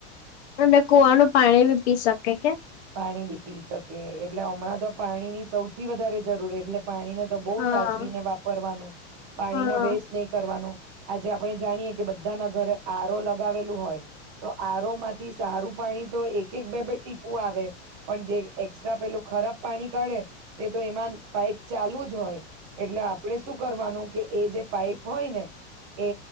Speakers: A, on the left (about 65°); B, on the right (about 25°).
A: અને કુવાનું પાણી બી પી શકે કે.
B: પાણી બી પી શકે, એટલે હમણાં તો પાણી ની સૌથી વધારે જરૂર એટલે પાણીને તો બહુ
A: હા
B: સાચવીને વાપરવાનું, પાણી
A: હા
B: નો વેસ્ટ નહીં કરવાનો. આજે આપણે જાણીએ કે બધાના ઘરે આર ઓ લગાવેલું હોય, તો આર ઓ માંથી સારું પાણી તો એક-એક બે-બે ટીપ પું આવે, પણ જે એકસ્ટ્રા પેલું ખરાબ પાણી કાઢે તે તો એમાં પાઈપ ચાલુ જ હોય, એટલે આપણે શું કરવાનું કે એ જે પાઈપ હોય ને એ